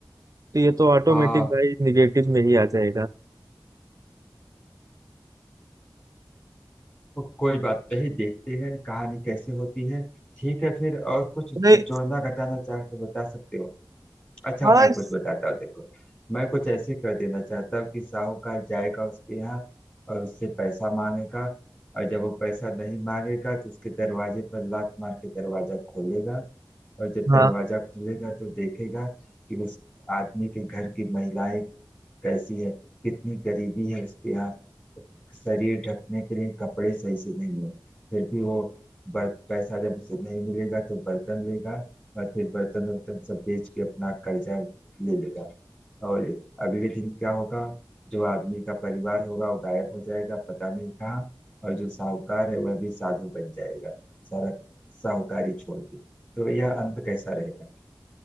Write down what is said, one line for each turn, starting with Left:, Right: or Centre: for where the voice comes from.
Right: तो ये तो ऑटोमेटिक
Left: हाँ
Right: भाई निगेटिव में ही आ जाएगा
Left: तो कोई बात नहीं देखते हैं कहानी कैसे होती है ठीक है फिर और कुछ
Right: नहीं
Left: जोड़ना घटाना चाहे तो बता सकते हो अच्छा
Right: हाँ
Left: मैं
Right: इस-
Left: कुछ बताता हूँ देखो मैं कुछ ऐसे कर देना चाहता हूँ कि साहूकार जाएगा उसके यहाँ और उससे पैसा मांगेगा और जब वो पैसा नहीं मांगेगा तो उसके दरवाजे पर लात मार के दरवाजा खोलेगा और जब
Right: हाँ
Left: दरवाजा खुलेगा तो देखेगा कि उस आदमी के घर की महिलाएं कैसी है कितनी गरीबी है उसके यहाँ शरीर ढकने के लिए कपड़े सही से नहीं है फिर भी वो बर, पैसा जब उसे नहीं मिलेगा तो बर्तन लेगा और फिर बर्तन वर्तन सब बेच के अपना कर्जा ले लेगा और अगले दिन क्या होगा जो आदमी का परिवार होगा वो गायब हो जाएगा पता नहीं कहाँ और जो साहूकार है वह भी साधु बन जाएगा सारा साहूकारी छोड़ के तो यह अंत कैसा रहेगा